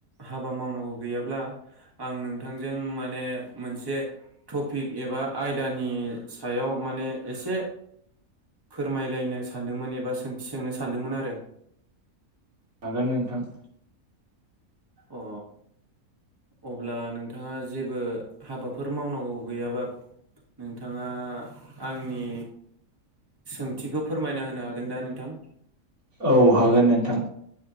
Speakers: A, on the right; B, on the right.
A: हाबा मावनांगौ गैयाब्ला आं नोंथांजों माने मोनसे टपिक एबा आयदानि सायाव माने एसे फोरमायलायनो सानदोंमोन एबा सोंथि सोंनो सानदोंमोन आरो ।
B: हागोन नोंथां ।
A: अ अब्ला नोंथाङा जेबो हाबाफोर मावनांगौ गैयाबा नोंथाङा आंनि सोंथिखौ फोरमायना होनो हागोन दा नोंथां?
B: औ हागोन नोंथां